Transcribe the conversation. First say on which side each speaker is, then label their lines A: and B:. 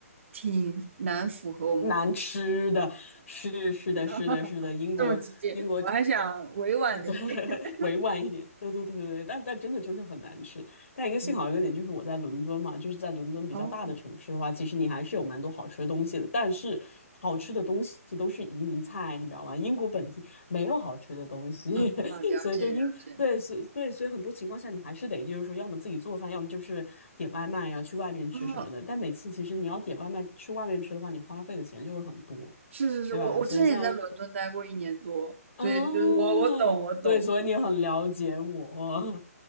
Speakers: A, on the right; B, on the left.
A: 挺难符合我们国，
B: 难吃的，是是的，
A: <laughs>
B: 是的，是的，英国英国，
A: 这么直接，我还想委婉了一点。
B: 对 <laughs>，
A: <laughs>
B: 委婉一点，对对对对对，但但真的就是很难吃。但一个幸好一个点就是我在伦敦嘛，
A: 嗯，
B: 就是在伦敦比较大的城市的话，
A: 哦，
B: 其实你还是有蛮多好吃的东西的。但是好吃的东西都是移民菜，你知道吗？英国本地没有好吃的东西，
A: 啊，
B: <laughs>
A: 了解了解，
B: 所以就英对，所对，所以很多情况下你还是得就是说，要么自己做饭，要么就是点外卖呀，去外面吃什么的。
A: 哦，
B: 但每次其实你要点外卖去外面吃的话，你花费的钱就会很多，
A: 是是是，
B: 对吧？
A: 我我之前也在伦敦待过一年多，
B: 所以像哦，
A: 所以对我我懂我懂，
B: 对，所以你很了解我，